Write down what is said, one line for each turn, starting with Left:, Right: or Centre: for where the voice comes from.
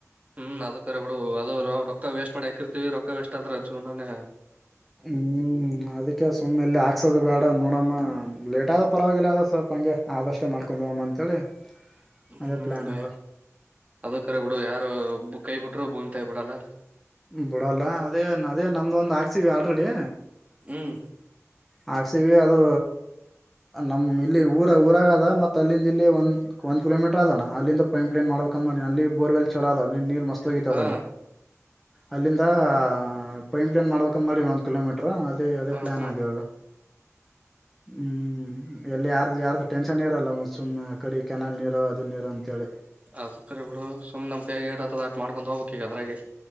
Right: ಹ್ಮ್ ಅದ ಕರ ಬಿಡು ಅದು ರೊಕ್ಕ ವೇಸ್ಟ್ ಮಾಡಿ ಆಕಿರ್ತಿವಿ ರೊಕ್ಕ ವೇಸ್ಟ್ ಆದ್ರ ಜೀವನನೆ
Centre: ಹ್ಮ್ ಅದಕ್ಕೆ ಸುಮ್ಮ ಇಲ್ಲೆ ಹಾ ಹಕ್ಸೋದು ಬೇಡ ನೋಡಮ್ಮ ಲೇಟ್ ಆದ ಪರವಾಗಿಲ್ಲ ಅದು ಸ್ವಲ್ಪ ಹಾಗಂಗೆ ಆದಷ್ಟೇ ಮಾಡ್ಕೊಂಡು ಹೋವಮ್ಮ ಅಂತೇಳಿ
Right: ಹ್ಮ್
Centre: ಅದೇ
Right: ಹ್ಮ್
Centre: ಪ್ಲಾನ್ ಅದ
Right: ಅದ ಕರ ಹುಡು ಯಾರು ಕೈ ಬಿಿಟ್ಟ ಭೂಮಿತಾಯಿ ಬಿಡಲ್ಲ
Centre: ಬಿಡಲ್ಲ ಅದೇ ಅದೇ ನಮ್ದೊಂದ್ ಹಾಕ್ತೀವಿ ಆಲ್ರೆಡಿ
Right: ಹ್ಮ್
Centre: ಹಾಕ್ಸೀವಿ ಅದು ನಮ ಇಲ್ಲಿ ಊರ ಊರಾಗದ ಮತ್ತ ಅಲ್ಲಿಂದ ಇಲ್ಲಿ ಒಂದು ಒಂದ ಕಿಲೋಮೀಟರ್ ಅದಣ ಅಲ್ಲಿಂದ ಪೈಪ್ಲಿನ್ ಮಾಡಬೇಕಕ್ಂದ ಮಾಡಿ ಅಲ್ಲಿ ಬೋರ್ವೆಲ್ ಚಲೋದ ಅಲ್ಲಿ ನೀ ಮಸ್ ತಗತ
Right: ಹಾ
Centre: ಅಲ್ಲಿಂದ ಪೈಂಪ್ಲನ್ ಮಾಡ್ಬೇಕ ಮಾಡಿ ಒಂದ್ ಕಿಲೋಮೀಟರ್ ಅದೇ ಅದೇ
Right: ಹ
Centre: ಪ್ಲಾನ್
Right: ಹಾ
Centre: ಆಗಿವಾಗ ಹ್ಮ್ ಎಲ್ಲಿ ಯಾರ್ದು ಯಾರ್ದುಟೆನ್ ಇರಲ್ಲ ಸುಮ್ಮ್ ಆ ಕಡೆ ಕೆನಾಲ್ ನೀರ ಅದು ನೀರ ಅಂತೇಳಿ
Right: ಅದ್ ಕರಿ ಬಿಡು ಸುಮ್ ನಮ್ಾಗಿ ಡ್ತದ ಆಟ ಮಾಡ್ಕೊಂಡು ಹೋಗ್ಬೇಕ ಈಗ ಅದ್ರಾಗೆ